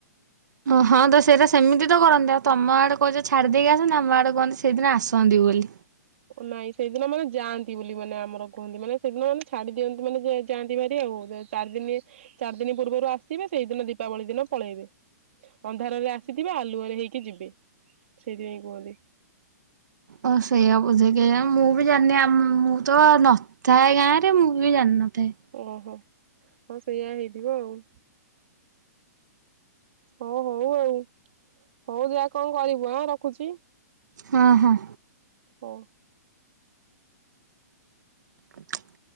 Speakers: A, on the right; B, on the right.
A: ହଁ ତ ସେଇଟା ସେମିତି ତ କରନ୍ତି ଆଉ ତମ ଆଡ଼େ କହୁଛ ଛାଡ଼ିଦେଇକି ଆସନ୍ତି ଆମ ଆଡ଼େ କୁହନ୍ତି ସେଇଦିନ ଆସନ୍ତି ବୋଲି
B: ନାଇଁ ସେଇଦିନ ମାନେ ଯାଆନ୍ତି ବୋଲି ମାନେ ଆମର କୁହନ୍ତି ମାନେ ସେଦିନ ମାନେ ଛାଡି ଦିଅନ୍ତି ମାନେ ଯାଆନ୍ତି ଭାରି ଆଉ। ଚାର୍ ଦିନି, ଚାରି ଦିନି ପୂର୍ବରୁ ଆସିବେ। ସେଇଦିନ ଦୀପାବଳି ଦିନ ପଳେଇବେ। ଅନ୍ଧାରରେ ଆସିଥିବେ ଆଲୁଅରେ ହେଇକି ଯିବେ, ସେଇଥିପାଇଁ କୁହନ୍ତି।
A: ଓ ସେଇଆ ବୁଝେକେଆଣି, ମୁଁ ବି ଜାଣିନି ମୁଁ ତ ନ ଥାଏ ଗାଁ ରେ ମୁଁ ବି ଜାଣିନଥାଏ।
B: ଓହୋ ହଉ ସେଇଆ ହେଇଯିବ ଆଉ। ହଉ ହଉ ଆଉ ହଉ ଯାହା କଣ କରିବୁ ଆଁ ରଖୁଛି।
A: ହଁ- ହଁ।
B: ହଁ।
A: ଆଛା <inaudible>